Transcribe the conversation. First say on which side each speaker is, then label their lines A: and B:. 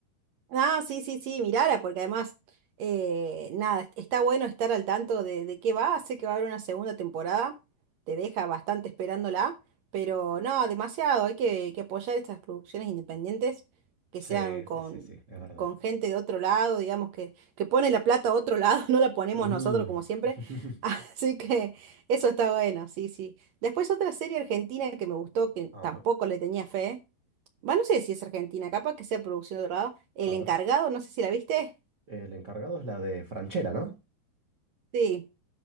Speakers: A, on the right; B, on the right.
A: Ah, sí, sí, sí, mirara, porque además, eh, nada, est- está bueno estar al tanto de, de qué va, sé que va a haber una segunda temporada, te deja bastante esperándola, pero no, demasiado, hay que, que apoyar estas producciones independientes que
B: Sí,
A: sean con,
B: sí, sí, sí, es verdad.
A: con gente de otro lado, digamos, que, que pone la plata a otro lado, <laughs> no la ponemos
B: Mm.
A: nosotros como siempre,
B: <laughs>
A: <laughs> así que eso está bueno, sí, sí. Después otra serie argentina que me gustó, que
B: Ajá.
A: tampoco le tenía fe. Bueno, no sé si es Argentina, capaz que sea producción de lado El
B: A ver,
A: encargado, no sé si la viste.
B: el encargado es la de Franchella, ¿no?
A: Sí.